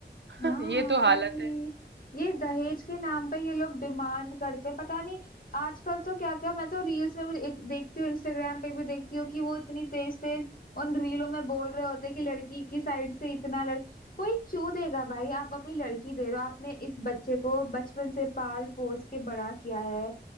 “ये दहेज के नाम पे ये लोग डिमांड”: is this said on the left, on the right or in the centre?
Left